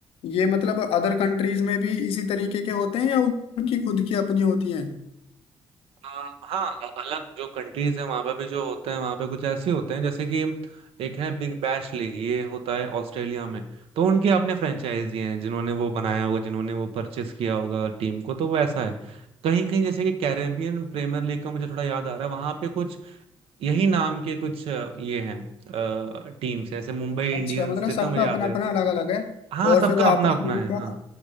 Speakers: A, on the left; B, on the right.
A: ये मतलब अदर कंट्रीज में भी इसी तरीके के होते हैं या उनकी खुद की अपनी होती हैं
B: आ, हाँ अ- अलग जो कंट्रीज है वहां पे भी जो होते हैं वहां पे कुछ ऐसे होते हैं जैसे कि एक है बिग बैश लीग ये होता है ऑस्ट्रेलिया में तो उनके अपने फ्रेंचाइजी हैं जिन्होंने वो बनाया होगा जिन्होंने वो परचेस किया होगा टीम को तो वो ऐसा है कहीं कहीं जैसे कि कैरेबियन प्रीमियर लीग का मुझे थोड़ा याद आ रहा है वहां पे कुछ यही नाम के कुछ अ, ये हैं टीम्स हैं जैसे मुंबई
A: अच्छा
B: इंडियंस
A: मतलब
B: जितना
A: सबका
B: मुझे याद
A: अपना
B: है
A: अपना अलग अलग है
B: हाँ
A: और
B: सबका
A: फिर वो आपस
B: अपना अपना
A: में इनका
B: है हाँ